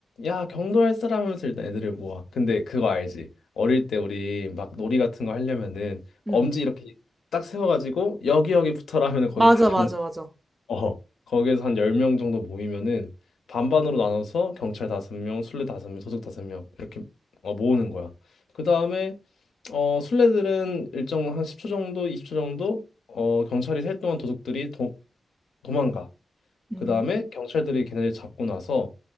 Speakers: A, on the left; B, on the right.
A: 야 경도 할 사람 하면서 일단 애들을 모아 근데 그거 알지 어릴 때 우리 막 놀이 같은 거 하려면은 엄지
B: 응.
A: 이렇게 딱 세워가지고 여기 여기 붙어라 하면은 거기
B: 맞아,
A: 다
B: 맞아, 맞아.
A: 어, 거기에서 한 10명 정도 모이면은 반반으로 나눠서 경찰 5명, 술래 5명, 도둑 5명 이렇게 어, 모으는 거야. 그 다음에 어, 술래들은 일정 한 10초 정도, 20초 정도 어, 경찰이 셀 동안 도둑들이 도, 도망가.
B: 음,
A: 그 다음에 경찰들이 걔네를 잡고 나서